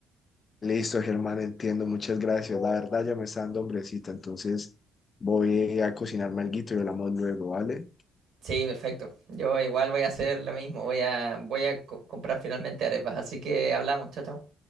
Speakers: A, on the left (about 45°); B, on the right (about 70°).
A: Listo, Germán, entiendo, muchas gracias. La verdad ya me está dando hombrecita, entonces voy a cocinarme alguito y hablamos luego, ¿vale?
B: Sí, perfecto. Yo igual voy a hacer lo mismo, voy a, voy a co- comprar finalmente arepas, así que hablamos, chao, chao.